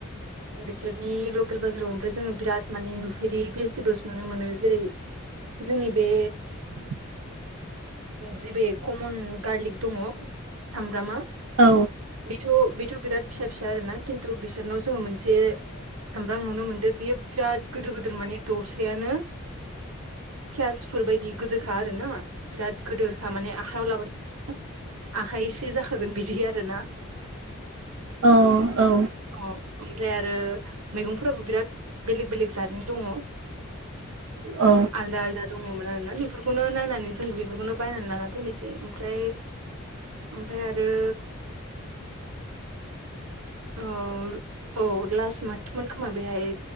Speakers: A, on the right; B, on the right.
A: बिसोरनि लकेल बाजाराव ओमफ्राय जोङो बिराद माने नुफेरि भेजिटेबोल्स नुनो मोनो जेरै जोंनि बे
B: <inaudible>
A: जि बे कमन गारलिक दङ सामब्रामा
B: औ।
A: बेथ' बेथ' बिराद फिसा फिसा आरो ना खिन्थु बिसोरनाव जोङो मोनसे सामब्राम नुनो मोन्दो बियो बिराद गिदिर गिदिर माने दरसेयानो पियासफोर बायदि गोदोरखा आरो ना बिराद गोदोरखा माने आखायाव लाबानो आखाइसे जाखागोन बिदि आरोना
B: अ औ।
A: अ ओमफ्राय आरो मैगंफोराबो बिराद बेलेग बेलेग जादनि दङ
B: औ।
A: आलदा आलदा दङमोन आरो ना बेफोरखौनो नायनानै जोंबो बेफोरखौनो बायनानै लाना फैनोसै ओमफ्राय ओमफ्राय आरो औ औ लास्ट मान्टमोन खोमा बेहाय